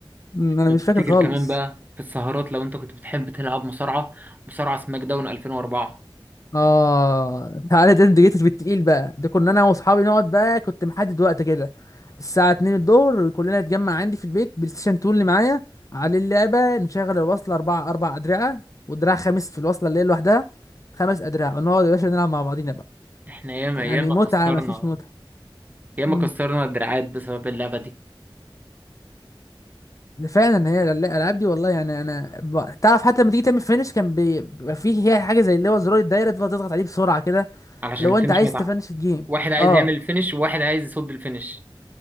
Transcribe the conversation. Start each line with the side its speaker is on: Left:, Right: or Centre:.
Left: أمم، انا
Right: لو
Left: مش
Right: تفتكر
Left: فاكر خالص
Right: كمان بقى في السهرات لو انت كنت بتحب تلعب مصارعة مصارعة سماك داون 2004
Left: اه تعالى ده انت جيتش بالتقيل بقى ده كنا انا واصحابي نقعد بقى كنت محدد وقت كده الساعه 2 الظهر كلنا نتجمع عندي في البيت بلاي ستيشن 2 اللي معايا على اللعبه نشغل الوصله اربعه اربع ادرعه ودراع خامس في الوصله اللي هي لوحدها خمس ادراع ونقعد يا باشا نلعب مع بعضينا بقى
Right: احنا ياما
Left: يعني
Right: ياما
Left: متعه
Right: كسرنا
Left: مفيش متعه
Right: ياما
Left: مم.
Right: كسرنا الدراعات بسبب اللعبة دي
Left: ده فعلا هي الأل- الالعاب دي والله يعني انا ب... تعرف حتى لما تيجي تعمل فينش كان بي- بيبقى فيه هي حاجه زي اللي هو زرار الدايره تفضل تضغط عليه بسرعه كده
Right: علشان
Left: لو
Right: الفينش
Left: انت عايز
Right: ما يتع-
Left: تفنش الجيم
Right: واحد عايز
Left: اه
Right: يعمل الفينش وواحد عايز يصد الفينش